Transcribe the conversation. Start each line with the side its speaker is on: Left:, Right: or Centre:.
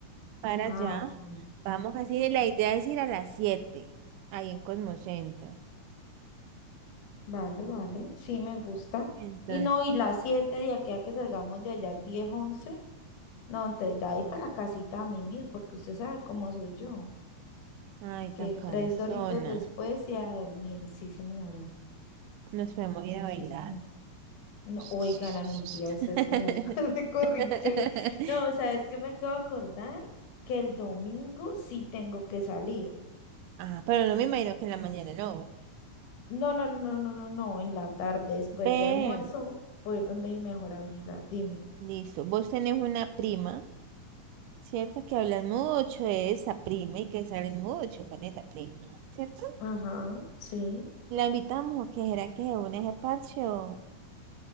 Right: para
Left: Ah,
Right: allá,
Left: ok.
Right: vamos así, la idea es ir a las siete ahí en Cosmocentro.
Left: Vale, vale. Sí, me gusta.
Right: Entonces,
Left: Y no, y las 7 de aquí a que salgamos de allá, 10 once No, entonces ya ahí para la casita a mimir, porque usted sabe cómo soy yo.
Right: ay,
Left: Que
Right: tan cansona,
Left: tres doritos después y a dormir. Sí, señora.
Right: nos podemos ir a bailar.
Left: Sí, señora. No,
Right: <laughs>
Left: oigan a mi tía, usted es como <laughs> de corrinchera. No, ¿sabes qué me acabo de acordar? Que el domingo sí tengo que salir.
Right: Ah, pero no me imagino que en la mañana no.
Left: No, no, no, no, no, no, en la tarde, después
Right: Ve,
Left: de almuerzo, voy a ir donde mi mejor amiga, dime.
Right: listo, vos tenés una prima. Cierto que hablan mucho de esa prima y que salen mucho con esa prima, ¿cierto?
Left: Ajá, sí.
Right: La invitamos, o ¿qué será que se une a ese parche o,